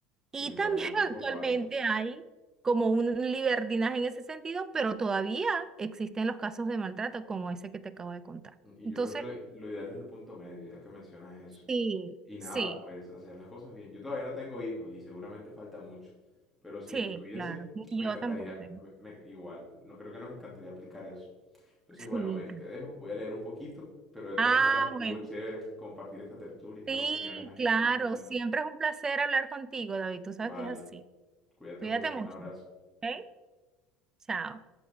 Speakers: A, in the centre; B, on the right.
A: Sin
B: Y
A: embargo,
B: también
A: el tiempo
B: <laughs> actualmente
A: pasa.
B: hay como un libertinaje en ese sentido, pero todavía existen los casos de maltrato como ese que te acabo de contar.
A: Y
B: Entonces,
A: yo creo que lo ideal es el punto medio, ya que mencionas eso.
B: sí,
A: Y
B: sí,
A: nada, pues hacer las cosas bien. Yo todavía no tengo hijos y seguramente falta mucho. Pero si
B: sí,
A: los tuviese,
B: claro. Y
A: me encantaría,
B: yo tampoco tengo.
A: me- me- igual. No creo que nos encantaría aplicar eso. Entonces, bueno,
B: Sí.
A: Mary, te dejo. Voy a leer un poquito, pero de todas
B: Ah,
A: maneras estuvo
B: bueno,
A: chévere est- compartir esta tertulia, estas
B: sí,
A: opiniones aquí
B: claro.
A: sobre este tema.
B: Siempre es un placer hablar contigo, David. Tú sabes
A: Vale,
B: que es así.
A: cuídate
B: Cuídate
A: mucho,
B: mucho.
A: un abrazo.
B: ¿Ok? Chao.